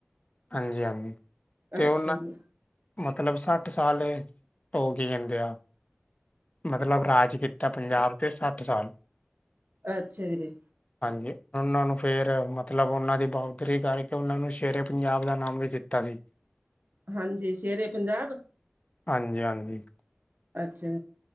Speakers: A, on the left; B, on the right.
A: ਹਾਂਜੀ- ਹਾਂਜੀ, ਤੇ
B: ਅੱਛਾ
A: ਉਹਨਾਂ
B: ਜੀ
A: ਮਤਲਬ ਸੱਠ ਸਾਲ, ਭੋਗ ਕੇ ਜਾਂਦੇ ਆ। ਮਤਲਬ, ਰਾਜ ਕੀਤਾ, ਪੰਜਾਬ ਤੇ ਸੱਠ ਸਾਲ
B: ਅੱਛਾ, ਵੀਰੇ
A: ਹਾਂਜੀ ਉਹਨਾਂ ਨੂੰ ਫੇਰ ਮਤਲਬ, ਉਹਨਾਂ ਦੀ ਬਹਾਦਰੀ ਕਰਕੇ ਉਹਨਾਂ ਨੂੰ ਸ਼ੇਰੇ ਪੰਜਾਬ ਦਾ ਨਾਮ ਦਿੱਤਾ ਸੀ।
B: ਹਾਂਜੀ, ਸ਼ੇਰੇ ਪੰਜਾਬ
A: ਹਾਂਜੀ-ਹਾਂਜੀ,
B: ਅੱਛਾ,